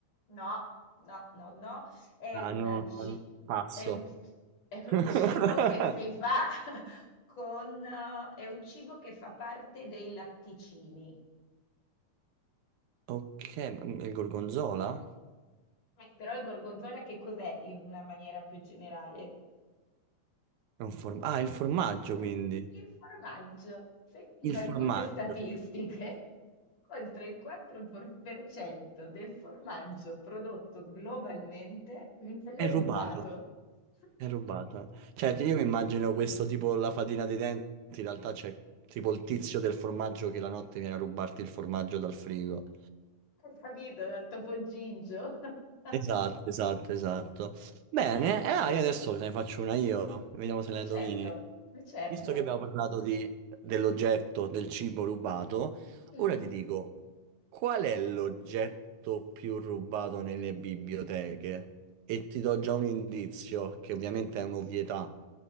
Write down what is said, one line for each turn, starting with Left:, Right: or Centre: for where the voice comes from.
Left: No, no, no, no, è
Right: Ah,
Left: un,
Right: no, no,
Left: ci-
Right: passo.
Left: è un, è
Right: <laughs>
Left: un cibo che si fa <laughs> con, eh, è un cibo che fa parte dei latticini.
Right: Ok, ma il gorgonzola?
Left: Eh, Però il gorgonzola che cos'è in una maniera più generale?
Right: È un form- ah, il formaggio
Left: Mm,
Right: quindi.
Left: Il formaggio. Secondo
Right: Il
Left: alcune
Right: formaggio.
Left: statistiche, oltre il 4% del formaggio prodotto globalmente viene
Right: È
Left: rubato.
Right: rubato.
Left: <laughs>
Right: È rubato. Cioè, io mi immagino questo tipo la fatina dei denti, in realtà c'è tipo il tizio del formaggio che la notte viene a rubarti il formaggio dal frigo.
Left: Hai capito, da Topo Gigio? <laughs>
Right: Esatto, esatto, esatto. Bene, e ah, io adesso te ne faccio una io. Vediamo se
Left: Eh,
Right: la
Left: Certo,
Right: indovini.
Left: eh, certo.
Right: Visto che abbiamo parlato di- dell'oggetto del cibo rubato,
Left: Mm.
Right: ora ti dico, qual è l'oggetto più rubato nelle biblioteche? E ti do già un indizio, che ovviamente è un'ovvietà,